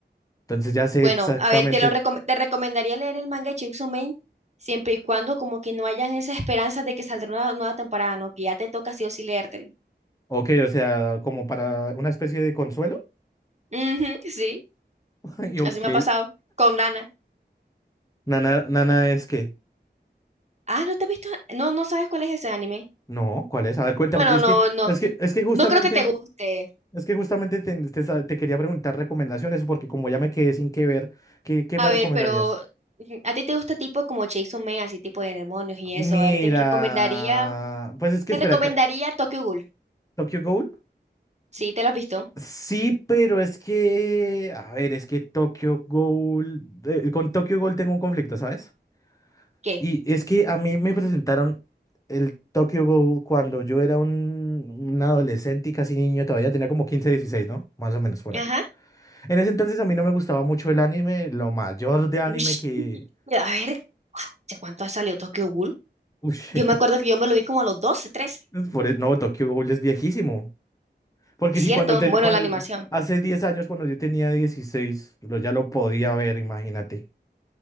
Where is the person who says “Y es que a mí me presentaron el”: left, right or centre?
Left